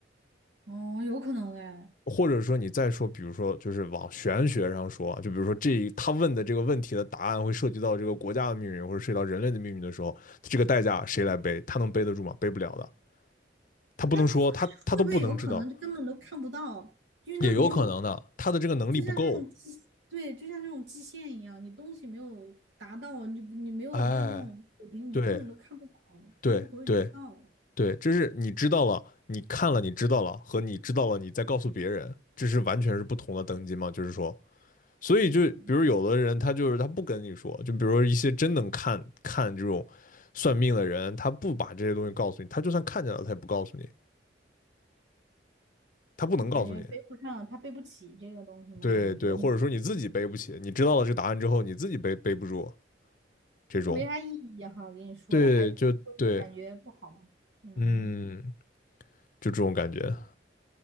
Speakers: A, on the right; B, on the left.
A: 哦，有可能哎，
B: 或者说你再说，比如说就是往玄学上说啊，就比如说这他问的这个问题的答案会涉及到这个国家的命运，或者涉及到人类的命运的时候，这个代价谁来背？他能背得住吗？背不了的。他不能说，
A: 那他
B: 他他都不能知道，
A: 会不会有可能就根本都看不到，因为他没有
B: 也有可能的，他的这个能力不够。
A: 就像那种基，对，就像那种基线一样，你东西没有达到，你你没有到那种水平，
B: 哎，
A: 你就根本都看不到，
B: 对对对
A: 都不会知道。
B: 对，这是你知道了，你看了，你知道了，和你知道了，你再告诉别人，这是完全是不同的等级嘛？就是说，所以就比如有的人他就是他不跟你说，
A: 嗯，
B: 就比如说一些真能看看这种算命的人，他不把这些东西告诉你，他就算看见了，他也不告诉你，他不能告诉你。
A: 就感觉背不上，他背不起这个东西吗？
B: 对对，
A: 还是觉得你
B: 或者说你自己背不起，你知道了这个答案之后，你自己背背不住这种。
A: 这没啥意义哈？给你说了，
B: 对，
A: 还
B: 就对，
A: 感觉不好。嗯。
B: 嗯，就这种感觉，